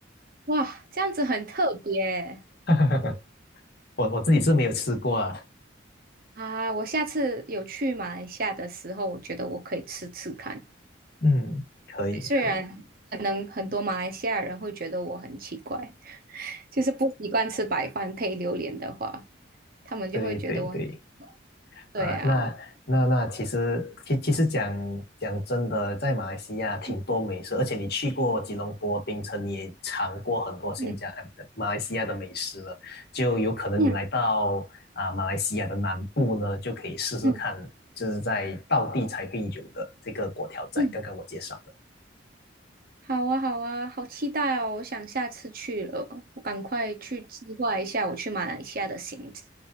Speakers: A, on the right; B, on the left.
A: 哇，这样子很特别
B: <laughs> 我我自己是没有吃过啊。
A: 啊！我下次有去马来西亚的时候，我觉得我可以吃吃看。
B: 嗯，可以，
A: 虽然可能很多马来西亚人会觉得我很奇怪，
B: 可以，
A: 就是不习惯吃白饭配榴莲的话，他们就会觉得我很……
B: 对对对，
A: 对啊，
B: 啊，那那那其实其其实讲讲真的，在马来西亚挺多美食，
A: 嗯
B: 而且你去过吉隆坡、槟城，你也尝过很多新加呃马来西亚的美食了，
A: 嗯
B: 就有可能你来到啊马来西亚的南部呢，
A: 嗯
B: 就可以试试看，
A: 嗯
B: 就是在道地才会有的这个粿条仔，
A: 嗯。
B: 刚刚我介绍的。
A: 好啊，好啊，好期待哦！我想下次去了，我赶快去计划一下我去马来西亚的行程。